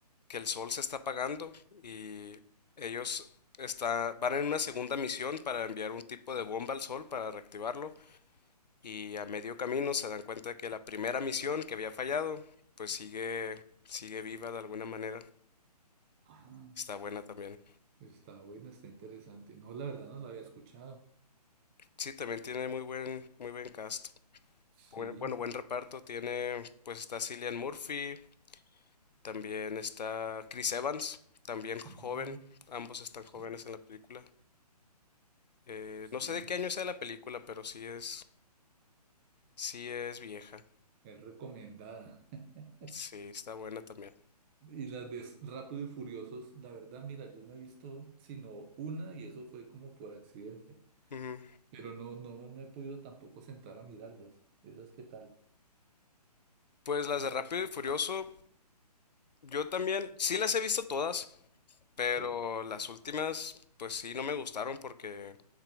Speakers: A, on the left; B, on the right.
A: que el sol se está apagando y ellos está, van en una segunda misión para enviar un tipo de bomba al sol para reactivarlo y a medio camino se dan cuenta de que la primera misión que había fallado, pues sigue, sigue viva de alguna manera.
B: Ah,
A: Está buena también.
B: está buena, está interesante. No, la verdad no la había escuchado.
A: Sí, también tiene muy buen, muy buen cast.
B: Sí,
A: Bueno, bueno, buen reparto. Tiene, pues está Cillian Murphy, también está Chris Evans, también joven.
B: mm,
A: Ambos están
B: sí,
A: jóvenes en la película. Eh,
B: sí,
A: no sé de qué año sea la película, pero sí es, sí es vieja.
B: es recomendada. <laughs>
A: Sí, está buena también.
B: Y las de Rápido y Furiosos, la verdad, mira, yo no he visto sino una y eso fue como por accidente.
A: Ujú.
B: Pero no, no me he podido tampoco sentar a mirarlas. ¿Esas qué tal?
A: Pues las de Rápido y Furioso, yo también, sí las he visto todas, pero
B: Sí,
A: las últimas, pues sí, no me gustaron porque